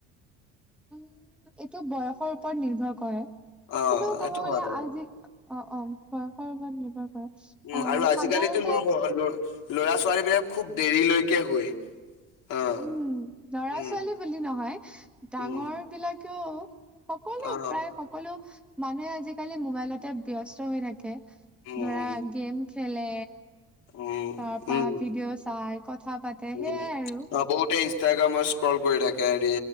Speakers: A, in the centre; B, on the left.
A: উম এইটো বয়সৰ ওপৰত নিৰ্ভৰ কৰে। কিন্তু
B: অ',
A: ক'ব
B: এইটো
A: গ'লে
B: হয় বাৰু।
A: আজি অ-অ বয়সৰ ওপৰত নিৰ্ভৰ কৰে।
B: উম
A: আহ
B: আৰু আজিকালিতো
A: সাধাৰণতে
B: নহ। লৰা-ছোৱালীবিলাক খুব দেৰিলৈকে শুৱে। অ',
A: উম! লৰা-ছোৱালী
B: উম,
A: বুলি নহয় ডাঙৰবিলাকেও।
B: উম,
A: সকলো
B: অ',
A: প্ৰায় সকলো মানুহে আজিকালি মোবাইলতে ব্যস্ত হৈ থাকে।
B: উম,
A: ধৰা গেম খেলে।
B: উম,
A: তাৰপা
B: উম।
A: ভিডিঅ' চাই কথা পাতে
B: উম,
A: সেইয়াই আৰু -
B: অ', বহুতে ইনষ্টাগ্ৰামত স্ক্ৰল কৰি থাকে আৰু -